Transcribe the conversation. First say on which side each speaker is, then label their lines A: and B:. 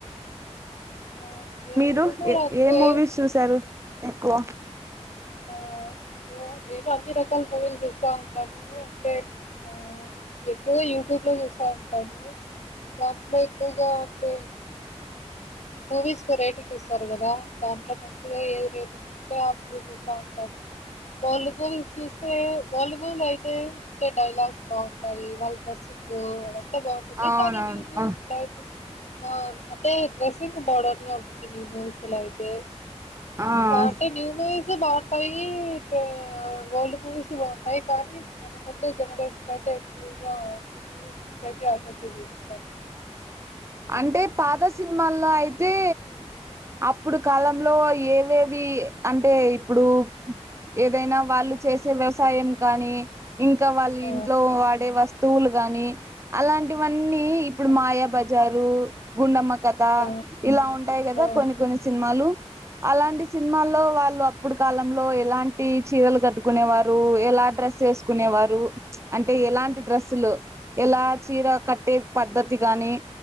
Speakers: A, on the left; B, on the right.
A: ఆ
B: మీరు
A: నేను కూడా
B: ఏ
A: అంతే
B: ఏ మూవీస్ చూశారు ఎక్కువ
A: ఆ నేను నేను అన్ని రకాల మూవీలు చూస్తూ ఉంటాను నువ్వు పేట్ ఆ <inaudible> ఎక్కువ యూట్యూబ్ లో చూస్తా ఉంటావ నువ్వు దాంట్లో ఎక్కువగా అంటే మూవీస్ కు రేటింగ్ ఇస్తారు కదా దాంట్లో మంచిగా ఏది రేటింగ్ ఉం ఆ మూవీ చూసే ఉంటారు వాలీబాల్ చూస్తే వాలీబల్ అయితే ఉంటే డైలాగ్స్ బాగుంటాయి వాళ్ళ డ్రెస్సింగ్ ఎంత బాగుంటుంది
B: అవునవును
A: కాని నువ్వు స్లాడ్ <inaudible> ఆ అటే డ్రెస్సింగ్ మోడర్న్ గ ఉంటుంది యూనివర్సులో అయితే
B: ఆ
A: అంటే న్యూ ముూవీస్ బాగ్ పైటూ ఓల్డ్ మూవీస్ బాగుంటాయి కానీ మనముండే జనరేషన్ లో అయితే ఎక్కువగా న్య మూవీ పెద్ది ఆశ అక్క పిలుసతది
B: అంటే పాత సినిమాల్లో అయితే అప్పుడు కాలంలో ఏవేవి అంటే ఇప్పుడు ఏదైన వాళ్ళు చేసే వ్యవసాయం కానీ ఇంకా వాళ్ళ
A: ఆ
B: ఇంట్లో వాడే వస్తువులు గానీ అలాంటి మన అవన్నీ ఇప్పుడు
A: అవును.
B: మాయాబాజ జారు గుండమ్మ కథ
A: ఆ
B: ఇలా ఉంటాయి కద
A: ఆ
B: కొన్ని కొన్ని సినిమాలు అలాంటి సినిమాల్లో వాళ్ళు అప్పుడు కాలంలో ఎలాంటి చీరలు కట్టుకునేవారు ఎలా డ్రస్ వేసుకునేవారు అంటే ఎలాంటి డ్రెస్సులు ఎలా చీర కట్టే పద్ధతి గానీ